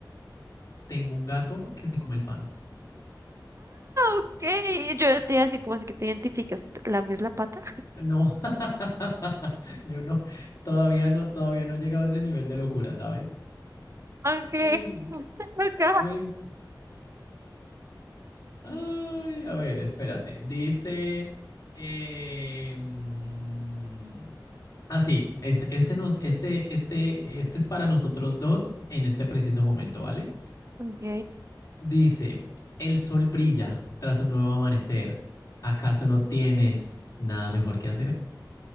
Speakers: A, on the left; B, on the right.
A: Tengo un gato que se come el pan.
B: Ok, yo te iba a decir, ¿cómo así que te identificas? ¿Lames la pata?
A: No, <laughs> yo no, todavía no, todavía no he llegado a ese nivel de locura, ¿sabes?
B: Ok,
A: Muy bien,
B: <laughs> acá.
A: muy bien. Ay, a ver, espérate. Dice. Eh, mm, ah, sí, este, este nos, este, este, este es para nosotros dos en este preciso momento, ¿vale?
B: Ok,
A: Dice: El sol brilla tras un nuevo amanecer. ¿Acaso no tienes nada mejor que hacer?